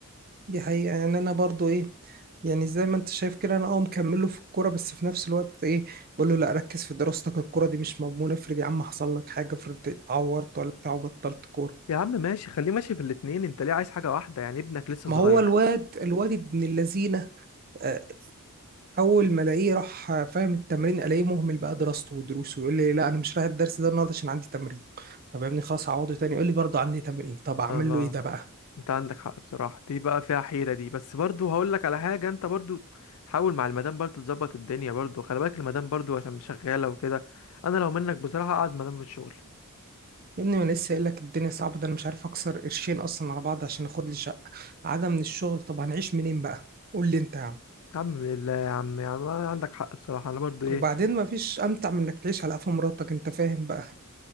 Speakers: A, on the right; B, on the left.
A: دي حقيقة يعني أنا برضو إيه يعني زي ما أنت شايف كده أنا أه مكمله في الكورة بس في نفس الوقت إيه بقول له لا ركز في دراستك الكورة دي مش مضمونة افرض يا عم حصل لك حاجة افرض اتعورت ولا بتاع وبطلت كورة
B: يا عم ماشي خليه ماشي في الاتنين انت ليه عايز حاجه واحده يعني ابنك لسه
A: ما
B: صغير
A: هو الواد الواد ابن اللذينة آه، أول ما ألاقيه راح آه، فاهم التمرين ألاقيه مهمل بقى دراسته ودروسه يقول لي لا أنا مش رايح الدرس ده النهاردة عشان عندي تمرين طب يا ابني خلاص هعوضه تاني يقول لي برضه عندي تمرين طب أعمل
B: الله
A: له إيه ده بقى
B: انت عندك حق بصراحة دي بقى فيها حيرة دي بس برضو هقول لك على حاجة انت برضو حاول مع المدام برضو تظبط الدنيا برضو خلي بالك المدام برضو عشان شغالة وكده انا لو منك بصراحة اقعد مدام في الشغل
A: يا ابني ما أنا لسه قايل لك الدنيا صعبه ده انا مش عارف اكسر قرشين اصلا على بعض عشان اخد لي شقه عدم من الشغل طب هنعيش منين بقى قول لي انت يا عم
B: يا عم بالله يا عم يا عم عندك حق بصراحة انا برضو ايه
A: وبعدين ما فيش امتع من انك تعيش على قفا مراتك انت فاهم بقى